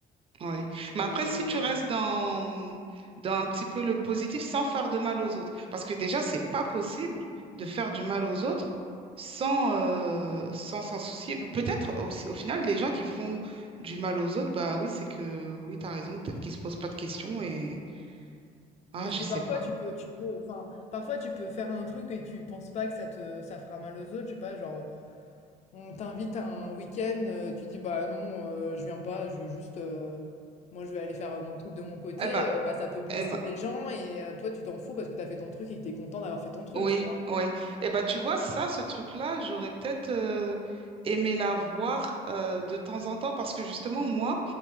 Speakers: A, on the right (about 35°); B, on the left (about 40°).
A: Oui. Mais
B: Et
A: après, si tu
B: heu
A: restes dans, dans un petit peu le positif sans faire de mal aux autres, parce que déjà, c'est pas possible de faire du mal aux autres sans euh, sans s'en soucier. Ou peut-être aussi, au final, les gens qui font du mal aux autres, bah oui, c'est que oui, tu as raison, peut-être qu'ils se posent pas de questions et ah,
B: Parce
A: je
B: que
A: sais
B: parfois
A: pas.
B: tu peux, tu peux, enfin, parfois tu peux faire un truc et tu penses pas que ça te, ça fera mal aux autres, je sais pas, genre, on t'invite à un week-end, euh, tu dis bah non, euh, je viens pas, je veux juste, euh, moi je vais aller faire euh, mon truc de mon côté,
A: Eh ben,
B: euh, bah ça peut blesser
A: eh ben,
B: les gens et euh, toi tu t'en fous parce que t'as fait ton truc et que t'es content d'avoir fait ton truc,
A: Oui,
B: tu vois.
A: oui. Eh ben, tu vois, ça, ce truc-là, j'aurais peut-être euh, aimé la voir euh, de temps en temps parce que justement, moi,